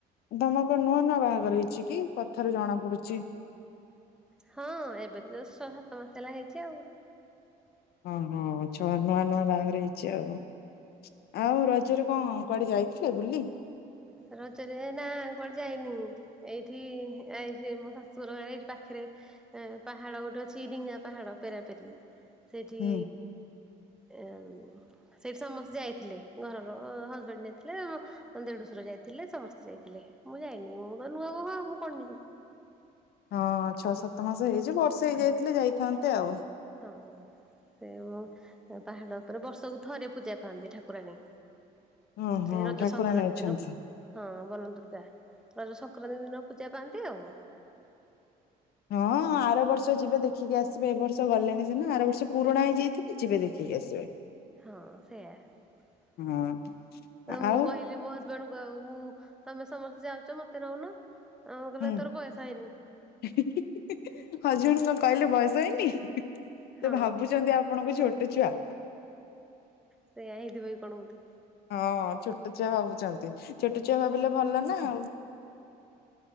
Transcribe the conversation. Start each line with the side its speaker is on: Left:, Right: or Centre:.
Left: ତୋମେ କଣ ନୂଆ ନୂଆ ବାହାଘର ହେଇଛି କି? କଥାରୁ ଜଣା ପଡୁଛି।
Centre: ହଁ ଏବେ ତ ଜଷ୍ ଛଅ ସାତ ମାସ ହେଲା ହେଇଛି ଆଉ।
Left: ହଁ, ହଁ ଛଅ, ନୂଆ ନୂଆ ବାହାଘର ହେଇଛି ଆଉ। ଆଉ ରଜରେ କଣ କୁଆଡେ ଯାଇ ଥିଲ ବୁଲି?
Centre: ରଜରେ ନା କୁଆଡେ ଯାଇନି। ଏଇଠି ହେ ଆଇଥିଲେ ମୋ ଶାଶୁଘର ଗାଁ ଏଇଠି ପାଖରେ ଏ, ପାହାଡ ଗୋଟେ ଅଛି ଡିଙ୍ଗା ପାହାଡ ପେରାପେରି ସେଇଠି
Left: ହୁଁ
Centre: ଏ ଉ, ସେଇଠି ସମସ୍ତେ ଯାଇଥିଲେ, ଘରର ହଜବେଣ୍ଡ ଯାଇଥିଲେ ମୋ ମୋ ଦେଢୁଶୁର ଯାଇଥିଲେ ସମସ୍ତେ ଯାଇଥିଲେ, ମୁଁ ଯାଇନି, ମୁଁ ତ ନୂଆ ବୋହୂ ଆଉ ମୁଁ କଣ ଯିବି।
Left: ହଁ ଛଅ ସାତ ମାସ ହେଇଛି ବର୍ଷେ ହେଇଯାଇଥିଲେ ଯାଇଥାନ୍ତେ ଆଉ।
Centre: ହଁ। ସେ ମୁଁ ସେ ପାହାଡ ଉପରେ ବର୍ଷକୁ ଥରେ ପୂଜା ପାଆନ୍ତି ଠାକୁରାଣୀ।
Left: ହଁ ହଁ
Centre: ସେ ରଜ
Left: ଠାକୁରାଣୀ
Centre: ସଂକ୍ରାନ୍ତି
Left: ଅଛନ୍ତି।
Centre: ଦିନ ହଁ ବନ ଦୁର୍ଗା ରଜ ସଂକ୍ରାନ୍ତି ଦିନ ପୂଜା ପାଆନ୍ତି ଆଉ।
Left: ହଁ ଆର ବର୍ଷ ଯିବେ ଦେଖିକି ଆସିବେ, ଏ ବର୍ଷ ଗଲେନି ସିନା, ଆର ବର୍ଷ ପୁରୁଣା ହେଇଯାଇଥିବେ ଯିବେ ଦେଖିକି ଆସିବେ।
Centre: ହଁ ସେୟା, ଅ,
Left: ହଁ ଆଉ
Centre: ମୁଁ କହିଲି ମୋ ହଜ ଜଣକ ମୁଁ ତୋମେ ସମସ୍ତେ ଯାଉଚ ମୋତେ ନଉନ, ଆଉ କହିବେ
Left: ହୁଁ।
Centre: ତୋର ବୟସ ହେଇନି।
Left: ହଜବେଣ୍ଡ କଣ କହିଲେ ବୟସ ହେଇନି?
Centre: ହଁ
Left: ସେ ଭାବୁଛନ୍ତି ଆପଣଙ୍କୁ ଛୋଟ ଛୁଆ।
Centre: ସେୟା ହେଇଥିବ କି କଣ ବୋଧେ।
Left: ହଁ ଛୋଟ ଛୁଆ ଭାବୁଛନ୍ତି, ଛୋଟ ଛୁଆ ଭାବିଲେ ଭଲ ନା ଆଉ।